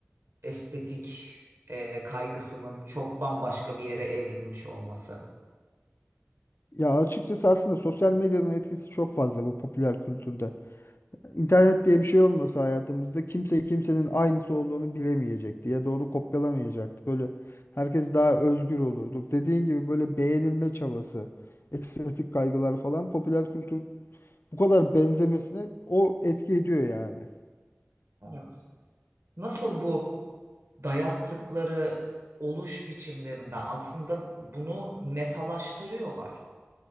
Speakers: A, on the right (about 75°); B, on the left (about 60°).
A: estetik e, kaygısının çok bambaşka bir yere evrilmiş olması.
B: ya açıkçası aslında sosyal medyanın etkisi çok fazla bu popüler kültürde. İnternet diye bir şey olmasa hayatımızda kimse kimsenin aynısı olduğunu bilemeyecekti ya da onu kopyalamayacaktı. Böyle herkes daha özgür olurdu. Dediğin gibi böyle beğenilme çabası, estetik kaygılar falan popüler kültür bu kadar benzemesine o etki ediyor yani.
A: Evet. Nasıl bu dayattıkları oluş biçimlerinden aslında bunu metalaştırıyorlar.